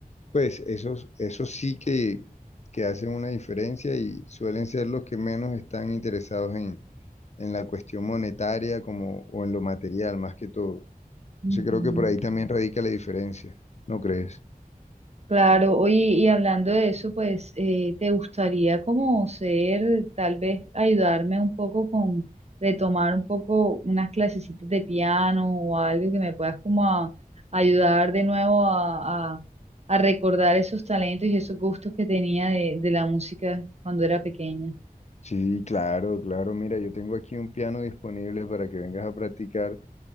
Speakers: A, on the left; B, on the right.
A: pues esos, esos sí que, que hacen una diferencia y suelen ser los que menos están interesados en, en la cuestión monetaria como, o en lo material más que todo.
B: ujú.
A: Entonces creo que por ahí también radica la diferencia, ¿no crees?
B: Claro, oye, y hablando de eso, pues, eh, ¿te gustaría como ser, tal vez ayudarme un poco con retomar un poco unas clasecitas de piano o algo que me puedas como a- ayudar de nuevo a, a- a recordar esos talentos y esos gustos que tenía de, de la música cuando era pequeña?
A: Sí, claro, claro. Mira, yo tengo aquí un piano disponible para que vengas a practicar